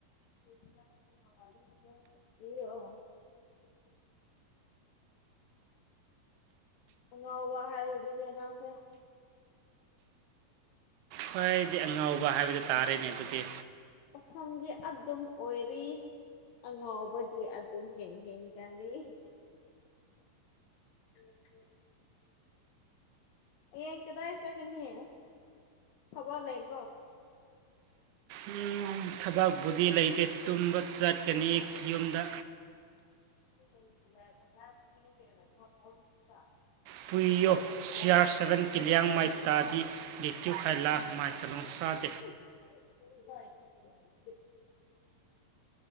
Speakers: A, on the left (about 75°); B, on the right (about 85°).
A: ꯂꯤꯔꯛꯑꯣ ꯑꯉꯥꯎꯕ ꯍꯥꯏꯕꯗꯨꯅꯦ ꯅꯪꯁꯦ
B: ꯈ꯭ꯋꯥꯏꯗꯤ ꯑꯉꯥꯎꯕ ꯍꯥꯏꯕꯗꯨ ꯇꯥꯔꯦꯅꯦ ꯑꯗꯨꯗꯤ
A: ꯄꯥꯈꯪꯗꯤ ꯑꯗꯨꯝ ꯑꯣꯏꯔꯤ ꯑꯉꯥꯎꯕꯗꯤ ꯑꯗꯨꯝ ꯍꯦꯟ ꯍꯦꯟꯒꯠꯂꯤ ꯌꯝ ꯐꯩ ꯍꯌꯦꯡ ꯀꯗꯥꯏ ꯆꯠꯀꯥꯅꯤ ꯊꯕꯛ ꯂꯩꯕ꯭ꯔꯣ
B: ꯎꯝ, ꯊꯕꯛꯄꯨꯗꯤ ꯂꯩꯇꯦ ꯇꯨꯝꯕ ꯆꯠꯀꯅꯤ ꯌꯨꯝꯗ
A: <unintelligible>
B: <unintelligible>
A: <unintelligible>